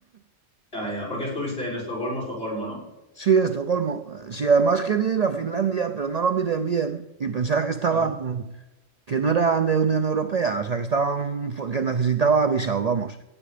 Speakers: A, on the left; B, on the right.
A: ya, ya. Porque estuviste en Estocolmo, Estocolmo, ¿no?
B: Sí, Estocolmo. Si además quería ir a Finlandia, pero no lo miré bien y pensaba que estaba.
A: Ajá,
B: que no eran de Unión Europea, o sea, que estaban, fu- que necesitaba visado, vamos.